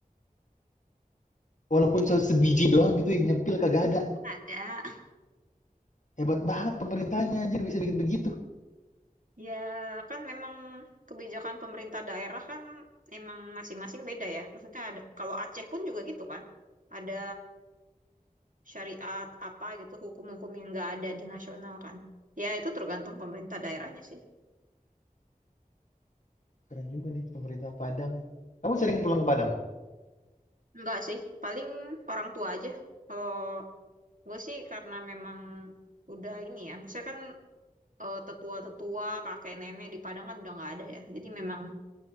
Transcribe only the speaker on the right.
Ada.
Ya kan memang kebijakan pemerintah daerah kan emang masing-masing beda ya. Maksudnya ada, kalau Aceh pun juga gitu kan. Ada syariat apa gitu, hukum-hukum yang nggak ada di nasional kan. Ya itu tergantung pemerintah daerahnya sih.
Enggak sih, paling orang tua aja. Kalau gue sih karena memang udah ini ya. Maksudnya kan eh, tetua-tetua, kakek nenek di Padang kan udah nggak ada ya. Jadi memang